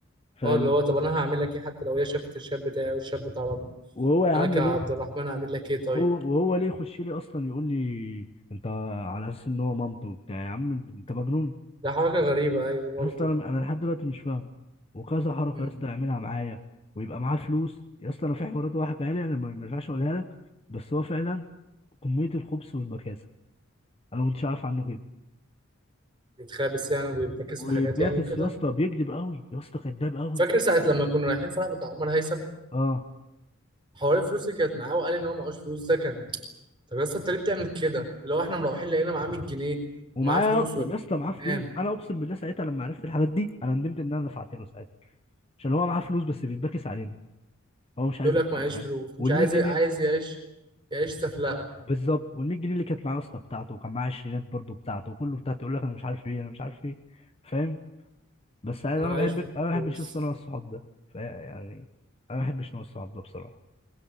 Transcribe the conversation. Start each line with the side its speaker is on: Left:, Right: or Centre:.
Left: فال...
Right: اه اللي هو طب انا هعمل لك ايه حتى لو هي شافت الشاب بتاعي والشاب بتاع رامي
Left: وهو يا
Right: انا
Left: عم
Right: كعبد
Left: ليه
Right: الرحمن هعمل لك ايه طيب
Left: وهو وهو ليه يخش لي اصلا يقول لي انت على اساس ان هو مامته وبتاع يا عم انت أنت مجنون
Right: ده حركه غريبه ايوه برضه
Left: يا اسطى انا انا لحد دلوقتي مش فاهم وكذا حركه
Right: امم
Left: يا اسطى يعملها معايا ويبقى معاه فلوس يا اسطى انا في حوارات هو حكاها لي انا ما ما ينفعش اقولها لك بس هو فعلا كميه الخبث والبكاسه انا ما كنتش عارف عنه كده
Right: بيتخابس يعني وبيركز
Left: وباكس
Right: في حاجات يعني وكده
Left: يا اسطى بيكذب قوي يا اسطى كذاب قوي
Right: فاكر ساعه لما كنا رايحين فرح بتاع عمر هيثم
Left: اه
Right: حوار الفلوس اللي كانت معاه وقال ان هو معهوش فلوس ده كان طب يا اسطى انت ليه بتعمل كده اللي هو احنا مروحين لقينا معاه 100 جنيه
Left: ومعايا
Right: ومعاه فلوس
Left: اكتر
Right: وتمام
Left: يا اسطى معاه فلوس انا اقسم بالله ساعتها لما عرفت الحاجات دي انا ندمت ان انا دفعت له ساعتها عشان هو معاه فلوس بس بيتباكس علينا هو مش عايز
Right: يقول
Left: يدفع
Right: لك معيش
Left: معاه
Right: فلوس مش
Left: وال
Right: عايز
Left: 100 جنيه
Right: عايز يعيش يعيش سفلقه
Left: بالظبط وال 100 جنيه اللي كانت معايا اصلا بتاعته وكان معايا عشرينات برضه بتاعته وكله بتاعته يقول لك انا مش عارف ايه انا مش عارف ايه فاهم بس عايز
Right: انا
Left: انا
Right: معيش
Left: بحب انا ما
Right: فلوس
Left: بحبش اصلا انا الصحاب ده ف- يعني انا ما بحبش نوع الصحاب ده بصراحه